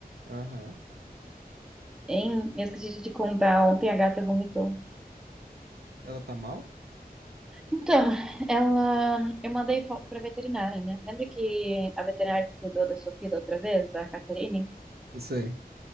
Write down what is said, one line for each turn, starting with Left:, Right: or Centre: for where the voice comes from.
Right: Aham.
Centre: Hein? Eu esqueci de te contar, ontem a gata vomitou.
Right: Ela tá mal?
Centre: Então, ela, eu mandei foto para veterinária, né? Lembra que a veterinária que cuidou da Sofia da outra vez, a Caterine?
Right: Eu sei.